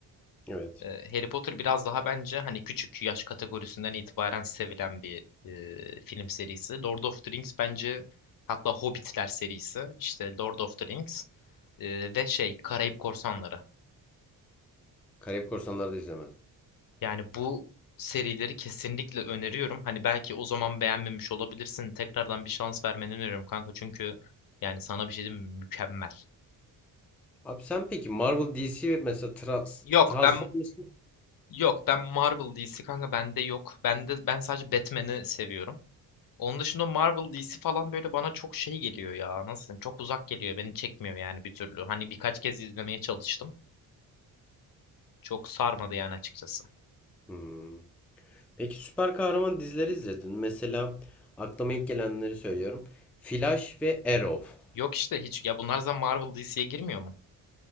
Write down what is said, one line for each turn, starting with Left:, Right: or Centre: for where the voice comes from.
Centre: Evet.
Left: Ee, Harry Potter biraz daha bence hani küçük yaş kategorisinden itibaren sevilen bir e, film serisi. Lord of the Rings bence hatta Hobbitler serisi. İşte Lord of the Rings e, ve şey Karayip Korsanları.
Centre: Karayip Korsanları da izlemedim.
Left: Yani bu serileri kesinlikle öneriyorum. Hani belki o zaman beğenmemiş olabilirsin. Tekrardan bir şans vermeni öneriyorum kanka. Çünkü yani sana bir şey diyeyim mi? Mükemmel.
Centre: Abi sen peki Marvel, DC ve mesela Trans
Left: Yok
Centre: Transformers
Left: ben Yok ben Marvel DC kanka bende yok. Bende ben sadece Batman'i seviyorum. Onun dışında Marvel DC falan böyle bana çok şey geliyor ya. Nasıl? diyeyim, Çok uzak geliyor. Beni çekmiyor yani bir türlü. Hani birkaç kez izlemeye çalıştım. Çok sarmadı yani açıkçası.
Centre: Hmm. Peki süper kahraman dizileri izledin. mi? Mesela aklıma ilk gelenleri söylüyorum. Flash ve Arrow.
Left: Yok işte hiç ya bunlar zaten Marvel DC'ye girmiyor mu?